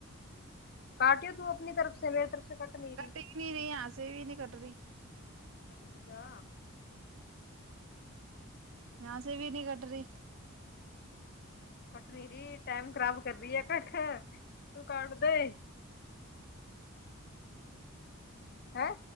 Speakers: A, on the left; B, on the right.
A: کاٹیو تو اپنی طرف سے میری طرف سے کٹ نہیں رہی
B: کٹے ہی نہیں نہیں یہاں ںسے بھی نہیں کٹ رہی
A: ارے کٹ جا
B: یہاں سے بھی نہیں کٹ رہی
A: کٹ نی رہی ٹائم خراب کر رہی ہے کٹ تو کاٹ دے ہاں